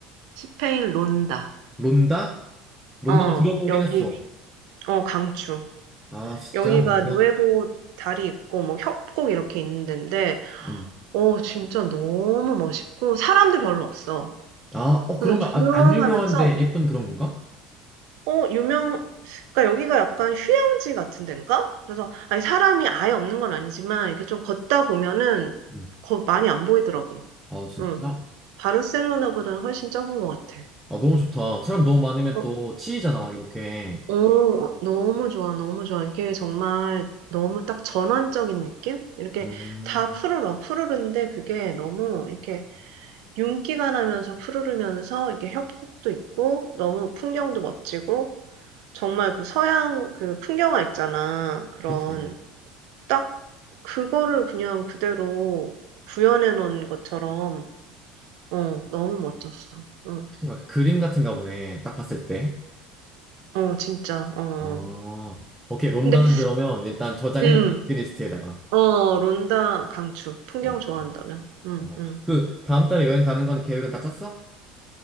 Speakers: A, on the right; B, in the centre.
A: 스페인 론다.
B: 론다? 론다도
A: 어,
B: 들어보긴
A: 여기,
B: 했어.
A: 어, 강추.
B: 아 진짜
A: 여기가
B: 론다.
A: 누에보 다리 있고, 뭐, 협곡 이렇게 있는 데인데,
B: 음.
A: 어, 진짜 너무 멋있고, 사람도 별로 없어.
B: 아, 어 그러면
A: 그래서 조용하면서
B: 안, 안 유명한데 예쁜 그런 건가?
A: 어, 유명, 그러니까 여기가 약간 휴양지 같은 데인가? 그래서, 아니, 사람이 아예 없는 건 아니지만, 이렇게 좀 걷다 보면은,
B: 음.
A: 거, 많이 안 보이더라고.
B: 아 진짜?
A: 응. 바르셀로나보다는 훨씬 적은 것 같아.
B: 아, 너무 좋다. 사람 너무 많으면
A: 어,
B: 또 치이잖아, 막 이렇게.
A: 어, 너무 좋아, 너무 좋아. 이게 정말 너무 딱 전환적인 느낌? 이렇게
B: 음,
A: 다 푸르러, 푸르른데 그게 너무 이렇게 윤기가 나면서 푸르르면서 이게 협곡도 있고, 너무 풍경도 멋지고, 정말 그 서양 그 풍경화 있잖아. 그런
B: 그치. 어.
A: 딱 그거를 그냥 그대로 구현해 놓은 것처럼 어, 너무 멋졌어. 어,
B: 약간 그림 같은가 보네. 딱 봤을 때.
A: 어, 진짜. 어.
B: 아,
A: 어.
B: 오케이. 론다는
A: 근데
B: 그러면 일단 저장해놓은
A: 음.
B: 리스트에다가.
A: 어, 론다 강추. 풍경
B: 어,
A: 좋아한다면. 음,
B: 어.
A: 음.
B: 그, 다음 달에 여행 가는 거는 계획은 다 짰어?